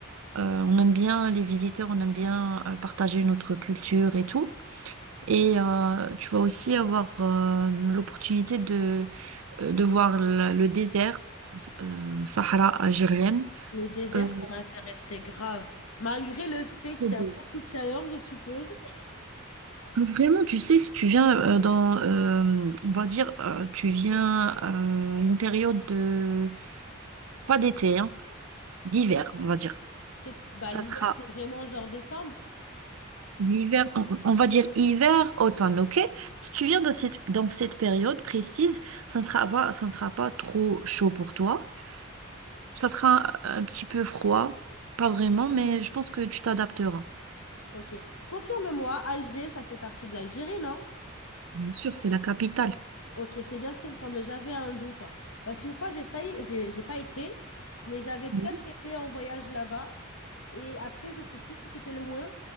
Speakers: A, on the right; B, on the left.
A: Euh, on aime bien les visiteurs, on aime bien euh, partager notre culture et tout. Et euh, tu vas aussi avoir euh, l'opportunité de, euh, de voir le, le désert, euh, Sahara algérienne.
B: Le désert,
A: Euh,
B: ça m'intéresserait grave. Malgré le fait qu'il
A: c'est beau.
B: y a beaucoup de chaleur, je suppose.
A: Vraiment, tu sais, si tu viens euh, dans, euh, on va dire, euh, tu viens euh, une période de, pas d'été, hein, d'hiver, on va dire.
B: C'est, bah,
A: Ça
B: l'hiver,
A: sera
B: c'est vraiment genre décembre.
A: l'hiver, on, on va dire hiver, automne, ok? Si tu viens dans cette, dans cette période précise, ça ne sera pas, ça ne sera pas trop chaud pour toi. Ça sera un petit peu froid, pas vraiment, mais je pense que tu t'adapteras.
B: Ok. Confirme-moi, Alger, ça fait partie de l'Algérie, non?
A: Bien sûr, c'est la capitale.
B: Ok, c'est bien ce qui me semblait. J'avais un doute. hein. Parce qu'une fois, j'ai failli, j'ai j'ai pas été, mais j'avais presque
A: Oui.
B: été en voyage là-bas. Et après, je sais plus si c'était loin,